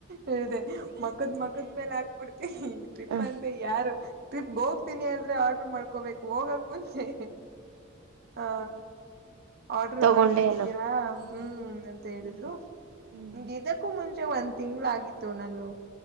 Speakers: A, on the right; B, on the right.
A: ಹೇಳಿದೆ ಮ ಮಕ್ಕದ್ ಮಕದ ಮೇಲೆ ಆಗ್ಬಿಡ್ತಿ ಈಗ ಟ್ರಿಪ್
B: ಹ
A: ಅಂತ ಯಾರು ಟ್ರಿಪ್ಗೆ ಹೋಗ್ತೀನಿ ಅಂದ್ರೆ ಆರ್ಡ್ರ ಮಾಡ್ಕೋಬೇಕು ಹೋಗಕ್ ಮುಂಚೆ ಹ ಆರ್ಡರ್
B: ತಗೊಂಡೇನು
A: ಮಾಡ್ಬಿಟ್ಟಿದ್ದೀರಾ
B: ಹ
A: ಹ್ಮ್
B: ಹಾ
A: ಅಂತ ಹೇಳಿದ್ರು
B: ಹ್ಮ್ ಹ್ಮ್
A: ಹ ಇದಕ್ಕೂ ಮುಂಚೆ ಒಂದ್ ತಿಂಗ್ಗಳ ಆಗಿತ್ತು ನಾನು